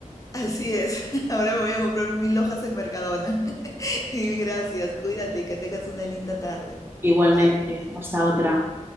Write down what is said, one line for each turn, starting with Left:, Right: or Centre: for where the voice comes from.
Left: Así es, <laughs> ahora me voy a comprar un mil hojas en Mercadona. <laughs> Y gracias, cuídate y que tengas una linda tarde.
Right: Igualmente,
Left: Bye.
Right: hasta otra.